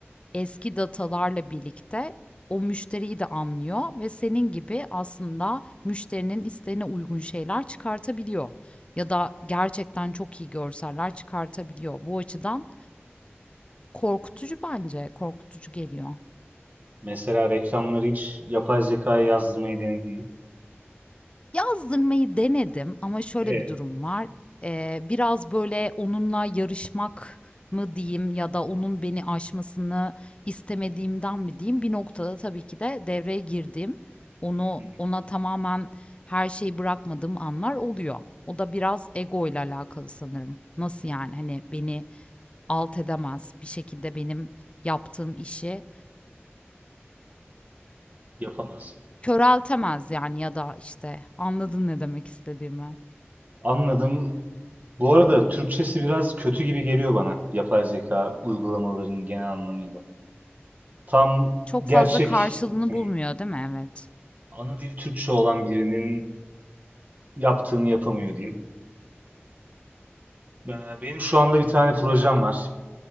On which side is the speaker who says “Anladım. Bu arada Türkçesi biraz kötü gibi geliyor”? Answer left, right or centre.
Right